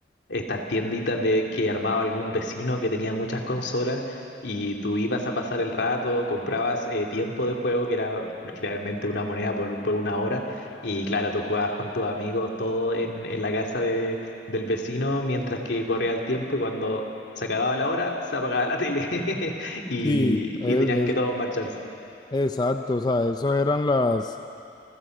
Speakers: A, on the left; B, on the left.
A: estas tienditas de que armaba algún vecino que tenía muchas consolas y tú ibas a pasar el rato, comprabas eh, tiempo de juego, que era generalmente una moneda por, por una hora, y claro, tú jugabas con tus amigos todo en, en la casa de, del vecino mientras que corría el tiempo y cuando se acababa la hora, se apagaba la tele <laughs> y,
B: Sí, es,
A: y tenían
B: es-
A: que todos marcharse.
B: exacto, o sea, esos eran las,